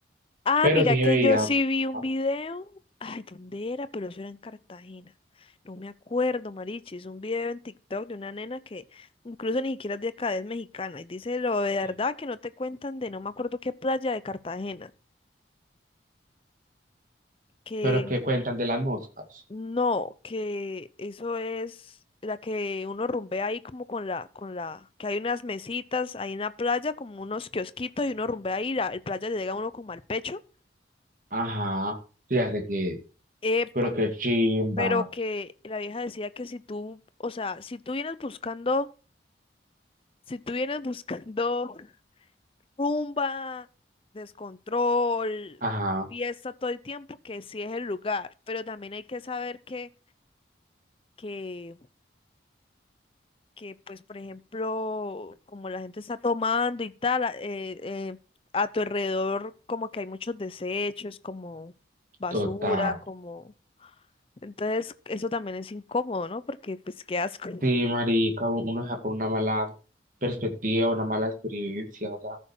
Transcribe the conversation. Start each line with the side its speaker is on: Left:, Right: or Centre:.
Left: Ah,
Right: Pero
Left: mira
Right: sí
Left: que
Right: se veía,
Left: yo sí
Right: ajá,
Left: vi un video. Ay, ¿dónde era? Pero eso era en Cartagena. No me acuerdo, Marichi. Es un video en TikTok de una nena que incluso ni siquiera es de acá, es mexicana. Y dice lo de verdad
Right: sí.
Left: que no te cuentan de no me acuerdo qué playa de Cartagena. Que
Right: Pero ¿qué cuentan de las moscas?
Left: no, que eso es la que uno rumbea ahí como con la, con la, que hay unas mesitas ahí en la playa, como unos kiosquitos y uno rumbea ahí, la, el playa le llega a uno como al pecho.
Right: Ajá, fíjate que,
Left: Epa.
Right: pero que chimba,
Left: pero que la vieja decía que si tú, o sea, si tú vienes buscando, si tú vienes buscando rumba, descontrol,
Right: ajá,
Left: fiesta todo el tiempo, que sí es el lugar, pero también hay que saber que, que, que pues, por ejemplo, como la gente está tomando y tal, a- eh, eh, a tu alrededor como que hay muchos desechos, como basura,
Right: total.
Left: como... Entonces, eso también es incómodo, ¿no? Porque, pues, qué asco.
Right: Sí, marica, u- uno saca una mala perspectiva, una mala experiencia, o sea,